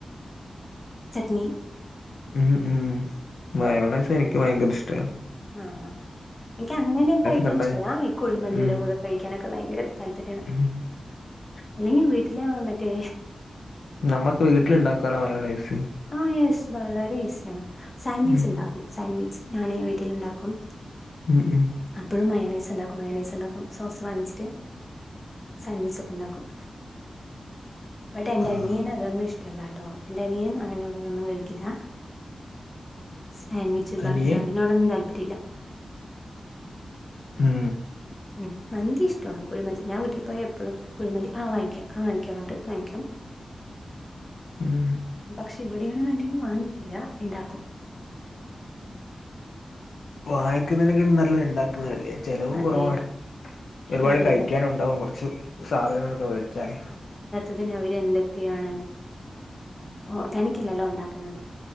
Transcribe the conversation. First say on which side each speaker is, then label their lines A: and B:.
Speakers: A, on the left; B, on the left.
A: ചട്നി
B: മ് മ് മയോണൈസ് എനിക്ക് ഭയങ്കര ഇഷ്ട്ടാ
A: ആഹ് എനിക്ക് അങ്ങനെ കഴിക്കാൻ
B: കണ്ട
A: ഇഷ്ട്ടല്ല ഈ കൊഴിമന്തീടെ
B: ഉം
A: കൂടെ കഴിക്കാനെക്കെ ഭയങ്കര താല്പര്യാണ്
B: ഉം.
A: അല്ലെങ്കി വീട്ടില് മറ്റേ
B: നമ്മക്ക് വീട്ടില്ണ്ടാക്കാലോ മയോണൈസ്.
A: ആഹ് യെസ് വളരെ ഈസിയാണ് സാൻവിച്ച്
B: ഉം
A: ണ്ടാക്കും സാൻവിച്ച് ഞാനെ വീട്ടില്ണ്ടാക്കും
B: ഉം ഉം
A: അപ്പഴും മയാനൈസ് ണ്ടാക്കും മയാനൈസ് ണ്ടാക്കും സോസ് വാങ്ങിച്ച്ട്ട് സാൻവിച്ചൊക്കെണ്ടാക്കും. ബടെ ന്റ
B: ആഹ്
A: അനിയൻ അതൊന്നും ഇഷ്ടമല്ലാട്ടോ എന്റെ അനിയൻ അങ്ങനെയുള്ളതൊന്നും കഴിക്കില്ല സാൻവിച്ച്, ബർഗർ
B: അനിയേ
A: അതിനോടൊന്നും താല്പര്യല്ല.
B: മ്
A: മ് മന്തി ഇഷ്ട്ടമാണ്. കുഴിമന്തി ഞാൻ വീട്ടി പോയ എപ്പഴും കുഴിമന്തി ആ വാങ്ങിക്കാ ആ വാങ്ങിക്കാ പറഞ്ഞിട്ട് വാങ്ങിക്കും.
B: ഉം
A: പക്ഷെ ഇവിടെയാണെന്ന്ണ്ടങ്കി വാങ്ങിക്കില്ല ഇണ്ടാക്കും.
B: വാങ്ങിക്ക്ന്നേക്കാൾ നല്ലത് ണ്ടാക്ക്ന്നതല്ലേ ചെലവും
A: അതെ
B: കൊറവാണ് ഒര്പാട്
A: കാര്യമാണ്
B: കഴിക്കാനുണ്ടാവും കൊറച്ച് സാധനങ്ങൊക്കെ വേടിച്ചാല്.
A: അതിന് അവര് എന്തെക്കെയാണ് ഓർഗാനിക് അല്ലല്ലോ ണ്ടാക്ക്ന്നത്.